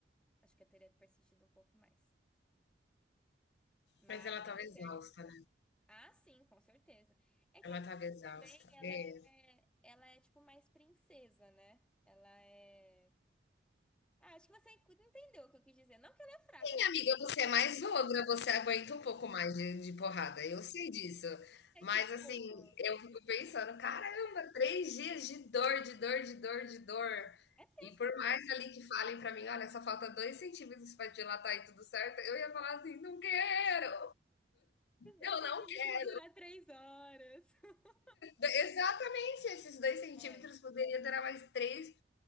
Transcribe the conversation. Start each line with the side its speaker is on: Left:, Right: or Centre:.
Centre: Acho que eu teria persistido um pouco mais. Mas
Left: Mas ela
Centre: tendo
Left: tava exausta,
Centre: certeza.
Left: né?
Centre: Ah, sim, com certeza. É que
Left: Ela
Centre: a Camila
Left: tava exausta.
Centre: também, ela
Left: É,
Centre: é, ela é tipo mais princesa, né? Ela é. Ah, acho que você entendeu o que eu quis dizer. Não que ela é fraca,
Left: Sim, amiga, você
Centre: realmente
Left: é mais ogra, você aguenta um pouco mais de, de porrada, eu sei disso.
Centre: é, é,
Left: Mas
Centre: é tipo.
Left: assim, eu fico pensando, caramba,
Centre: sei.
Left: três dias de dor, de dor, de dor, de dor.
Centre: É tenso
Left: E por
Centre: pra
Left: mais ali que falem pra mim, olha, só falta dois centímetros pra dilatar e tudo certo, eu ia falar assim, não quero,
Centre: caralho, dois
Left: eu
Centre: centímetros
Left: não quero.
Centre: durar três horas. <laughs>
Left: Exatamente, esses dois centímetros
Centre: É,
Left: poderia durar mais três